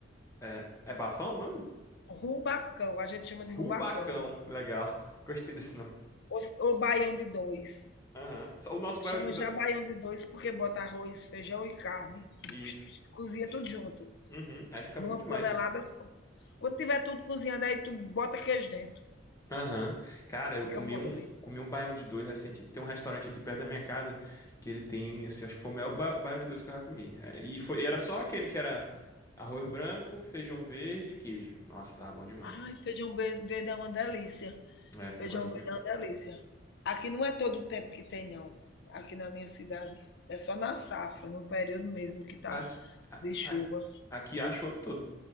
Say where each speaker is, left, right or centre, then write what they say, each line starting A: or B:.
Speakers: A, on the left (about 15°); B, on the left (about 60°).
A: É, é bafão o nome?
B: Rubacão. A gente chama
A: Rubacão.
B: de rubacão.
A: Legal. <laughs> Gostei desse nome.
B: Ou, ou baião de dois.
A: Aham. Só O nosso bairro
B: Chama
A: de... do-
B: já baião de dois porque bota arroz, feijão e carne.
A: Isso.
B: Cozinha
A: Ixi.
B: tudo junto,
A: Uhum. Aí fica
B: numa
A: bom demais.
B: panelada só. Quando tiver tudo cozinhado, aí tu bota queijo dentro.
A: Aham. Cara, eu
B: Fica
A: comi
B: bom
A: um,
B: também.
A: comi um baião de dois recentemente. Tem um restaurante aqui perto da minha casa que ele tem, assim, acho que foi o melhor ba- baião de dois que eu já comi. É, E foi, e era só aquele que era arroz branco, feijão verde e queijo. Nossa, tava bom demais.
B: Ai, feijão ver verde é uma delícia.
A: É,
B: Feijão
A: eu gosto
B: verde
A: muito.
B: é uma delícia. Aqui não é todo o tempo que tem, não. Aqui na minha cidade. É só na safra, no período mesmo que tá
A: Aqui, a-
B: de chuva.
A: a- aqui acho o ano todo.